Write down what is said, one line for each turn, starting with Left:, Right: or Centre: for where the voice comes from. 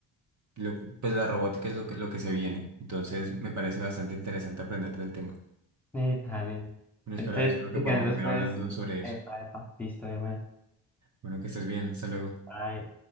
Right: lo- pues la robótica es lo que, lo que se viene. Entonces, me parece bastante interesante aprender del tema.
Centre: Eh, dale.
Right: Bueno, espero,
Centre: Entonces,
Right: espero que
Centre: si
Right: podamos
Centre: querés después,
Right: seguir hablando sobre eso.
Centre: epa, epa, listo, de buena.
Right: Bueno, que estés bien, hasta luego.
Centre: Bye.